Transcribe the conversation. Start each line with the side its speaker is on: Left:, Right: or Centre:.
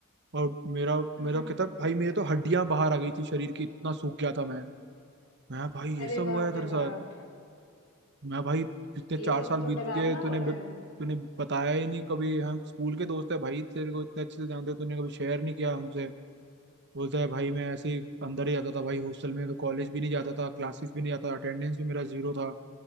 Right: और मेरा
Left: हुँ।
Right: मेरा कहता है, भाई मेरे तो हड्डियां बाहर आ गई थी शरीर की इतना सूख गया था मैं मैं भाई ये
Left: अरे
Right: सब हुआ
Left: बाप
Right: है तेरे
Left: रे
Right: साथ
Left: बाप!
Right: मैं भाई इतने
Left: ये
Right: चार
Left: सब
Right: साल
Left: तो
Right: बीत
Left: डरावना
Right: गए तूने
Left: हो रहा
Right: ब-
Left: है।
Right: तूने बताया ही नहीं कभी हम स्कूल के दोस्त है भाई तेरे को इतने अच्छे से जानते हैं, तूने कभी शेयर नहीं किया हमसे बोलता है भाई मैं ऐसे ही अंदर ही जाता था भाई हॉस्टल में तो कॉलेज भी नहीं जाता था क्लासेस भी नहीं जाता अटेंडेंस भी मेरा जीरो था